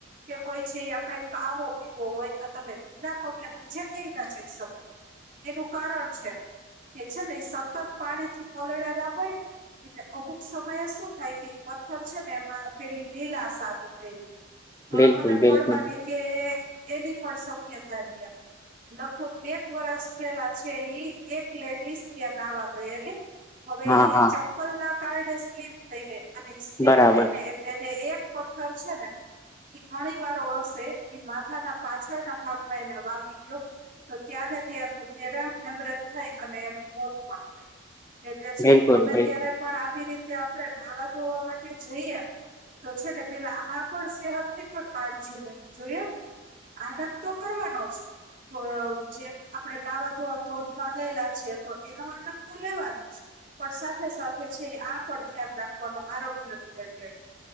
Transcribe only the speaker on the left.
બિલકુલ
બિલકુલ
હા
હા
બરાબર
બિલકુલ
બિલકુલ